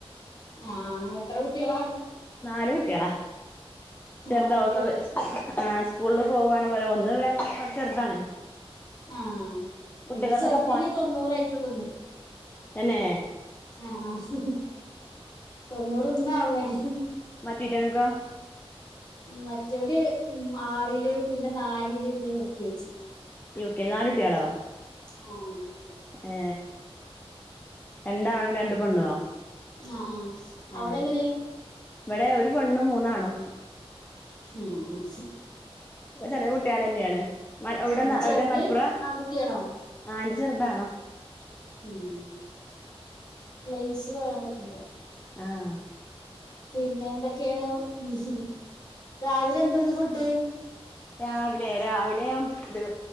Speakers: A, on the left (about 40°); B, on the left (about 20°).
A: ആഹ എത്ര കുട്ടികളാ?
B: നാല് കുട്ടികളാ ചെറുത
A: ആഹ് ഇവിടെ അതെ
B: <unintelligible> ആ സ്കൂളിൽ പോവുവാണ് പോല ഒന്ന് <unintelligible> ചെറുതാണ്
A: ആഹ അയിന്റെ
B: കുട്ടികൾക്കൊക്കെ
A: ചെറുതിന് തൊണ്ണൂറായിട്ടുള്ളൂന്ന്
B: എന്നെ
A: ആഹ ആഹ തൊണ്ണൂർ ഇന്ന് ആവാണ്
B: <unintelligible>
A: മറ്റേല് ഉ ആറില് പിന്നെ നാലില് പിന്നെ യൂ കെ ജി
B: യുക്കെ നാലുട്ടിയളോ?
A: ആഹ
B: ഏ രണ്ടണും രണ്ടു പെണ്ണോ.
A: ആഹ ആ
B: ഏ
A: അവിടെങ്ങനെ.
B: ഇവിടെ ഒരു പെണും മൂന്നാണും.
A: ഉം ഉം
B: ചെറയകുട്ട്യേലനെയാണ്. മ എവിടെന്നാ
A: ഉം, ചെറുത്
B: എവിടെ മലപ്പുറ
A: ആൺകുട്ടിയാണോ
B: ആ എന്റെ ചെറുതാണ്.
A: ഉം പ്ലേസ് പറയാൻ പറ്റൂലാ.
B: ആഹ.
A: പിന്നെ എന്തൊക്കെയാണ് ഉമ്ഹ രാവിലെ എന്തായിരുന്നു ഫുഡ്.
B: രാവിലെ രാവിലെ വി.